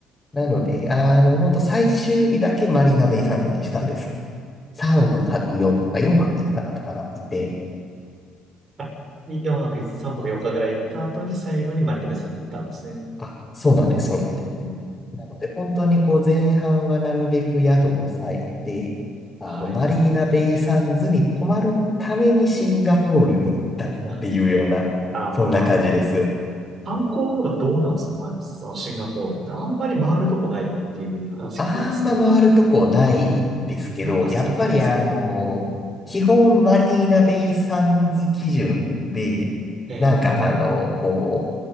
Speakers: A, on the left (about 25°); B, on the right (about 40°).
A: なので、あの、本当最終日だけマリーナベイサンズにしたんです。3泊4とか4泊5かだったかな、いて。
B: あ、4泊、3泊4日ぐらい行った後に、最後にマリトメス行ったんですね。
A: あ、そうなんです、そうなんです。
B: うん。
A: なので、本当にこう前半はなるべく宿を抑えて、あの、
B: はい。
A: マリーナベイサンズに泊まるためにシンガポールに行ったっていうような、
B: <laughs> ああ、
A: そんな感じです。
B: 観光とかどうなんですか、まあ、そのシンガポールって。あんまり回るとこないっていうふうに話聞きますけど、
A: あんま回るとこないですけど、
B: やっぱそうなんですね。
A: やっぱりあの、
B: うん。
A: 基本マリーナベイサンズ基準で、
B: ええ
A: なんかあの、こ